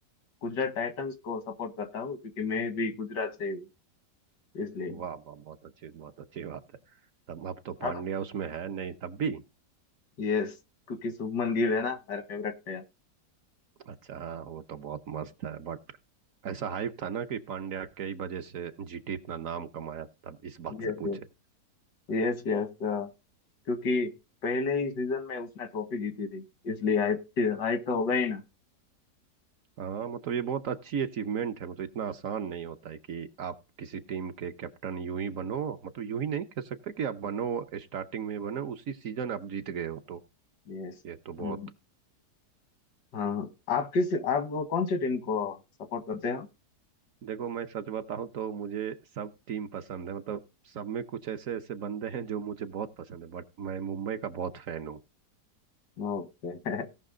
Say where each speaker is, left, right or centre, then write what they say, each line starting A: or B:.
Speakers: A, on the left; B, on the right.
A: गुजरात टाइटंस को सपोर्ट करता हूँ क्योंकि मैं भी गुजरात से ही हूँ इसलिए
B: वाह वाह बहुत अच्छी बहुत अच्छी बात है तब अब तो
A: आप
B: पांड्या उसमें है नहीं तब भी
A: यस क्योंकि शुभमन गिल है ना मेरा favourite player
B: अच्छा हाँ वो तो बहुत मस्त है बट ऐसा हाइप था ना कि पांड्या के ही वजह से जीटी इतना नाम कमाया तब इस बात
A: Yes
B: से पूछे
A: yes Yes yes क्योंकि पहले ही सीजन में उसने ट्रॉफी जीती थी इसलिए हाइप हाइप तो होगा ही ना
B: हाँ मतलब ये बहुत अच्छी अचीवमेंट है मतलब इतना आसान नहीं होता है कि आप किसी टीम के कैप्टन यूं ही बनो मतलब यूं ही नहीं कह सकते कि आप बनो स्टार्टिंग में बनो उसी सीजन आप जीत गए हो तो
A: यस
B: ये तो
A: हम्म
B: बहुत
A: हाँ आप किस आप वो कौन से टीम को सपोर्ट करते हो
B: देखो मैं सच बताऊं तो मुझे सब टीम पसंद है मतलब सब में कुछ ऐसे ऐसे बंदे हैं जो मुझे बहुत पसंद है बट मैं मुंबई का बहुत फैन हूँ
A: ओके <laughs>